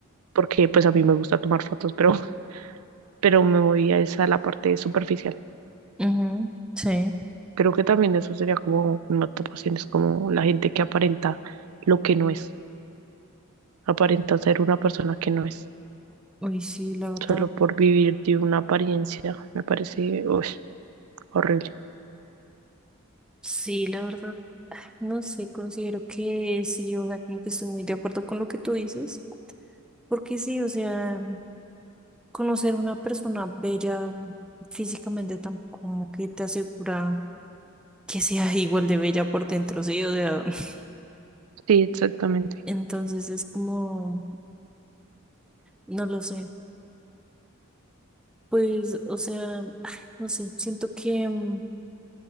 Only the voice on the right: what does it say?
porque pues a mí me gusta tomar fotos, pero, <laughs> pero me voy a esa la parte superficial.
Creo que también eso sería como una tapación, es como la gente que aparenta lo que no es, aparenta ser una persona que no es,
solo por vivir de una apariencia, me parece uy, horrible.
Sí, exactamente.